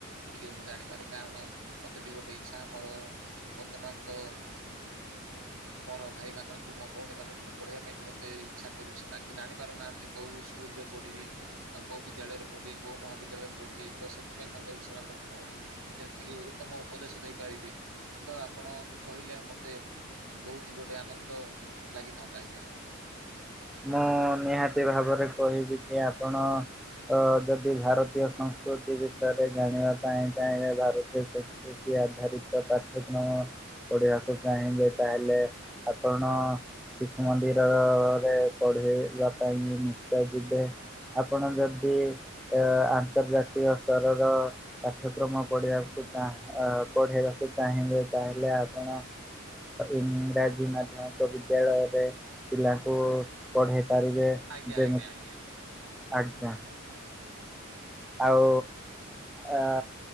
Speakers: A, on the right (about 75°); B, in the centre.
A: ଟିକେ ମୁଁ ଜାଣିପାରେ କାରଣ ମତେ ବି ଗୋଟେ ଇଚ୍ଛା ମୋର ବର୍ତ୍ତମାନ ତ <inaudible> ମୋର ଭାଇ ମାନଙ୍କୁ ମୋ ଭଉଣୀ ମାନଙ୍କୁ ମୁଁ ପଢିବା ପାଇଁ ମୋତେ ଇଚ୍ଛା କରୁଛି ତା ଜାଣି ପାରୁନାହାନ୍ତି କୋଉ ସ୍କୁଲ ପଢିବି ଆଉ କୋଉ ବିଦ୍ୟାଳୟରେ ପଢିବି କୋଉ ମହାବିଦ୍ୟାଳୟରେ ପଢ଼ିବି ତ ସେଥିପାଇଁ ମନ ସେମାନଙ୍କୁ ଯେମିତିକି ଉତ୍ତମ ଉପଦେଶ ଦେଇପାରିବି ତ ଆପଣ କହିଲେ ମତେ ବହୁତ ଗୋଟେ ଆନନ୍ଦ ଲାଗିଥାନ୍ତା ଆଜ୍ଞା।
B: ମୁଁ ନିହାତି ଭାବରେ କହିବି କି ଆପଣ ଯଦି ଭାରତୀୟ ସଂସ୍କୃତି ବିଷୟରେ ଜାଣିବା ପାଇଁ ଚାହିଁବେ ଭାରତୀୟ ସଂସ୍କୃତି ଆଧାରିତ ପାଠ୍ୟକ୍ରମ ପଢ଼ିବାକୁ ଚାହିଁବେ ତାହେଲେ ଆପଣ ଶିଶୁ ମନ୍ଦିରରରେ ପଢେଇବା ପାଇଁ ନିଶ୍ଚୟ ଯିବେ। ଆପଣ ଯଦି ଆ ଆନ୍ତର୍ଜାତିକ ସ୍ତରର ପାଠ୍ୟକ୍ରମ ପଢେଇବାକୁ ପଢେଇବାକୁ ଚାହିଁବେ ତାହେଲେ ଆପଣ ଇଂରାଜୀ ମାଧ୍ୟମିକ ବିଦ୍ୟାଳୟରେ ପିଲାଙ୍କୁ ପଢେଇ ପାରିବେ
A: ଆଜ୍ଞା
B: ଯେମତି
A: ଆଜ୍ଞା ଆଜ୍ଞା।
B: ଆଜ୍ଞା। ଆଉ ଅ